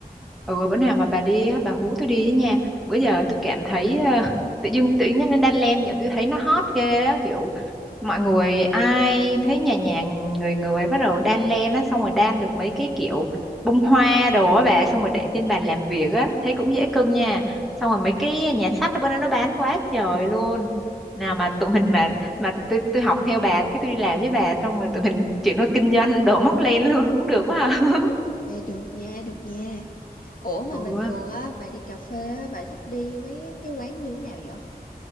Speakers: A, in the centre; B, on the left.
A: ừ bữa nào mà bà đi á, bà hú tôi đi với nha bữa giờ tôi cảm thấy ờ, tự dưng tự dưng nhắc đến đan len vậy tôi thấy nó hot ghê á kiểu mọi người ai thấy nhà nhà người người bắt đầu đan len á xong rồi đan được mấy cái kiểu bông hoa đồ á bà xong rồi để trên bàn làm việc á thấy cũng dễ cưng nha xong rồi mấy cái nhà sách ở bên đó nó bán quá trời luôn nào
B: Ừ,
A: mà tụi mình mà mà tôi tôi học theo bà cái tôi đi làm với bà xong rồi tụi mình chuyển qua kinh doanh đồ móc len luôn cũng được quá à. <laughs>
B: vậy được nha, được nha. Ủa mà
A: ừ
B: bình thường á bà đi cà phê á, bà thích đi mấy cái quán như thế nào vậy?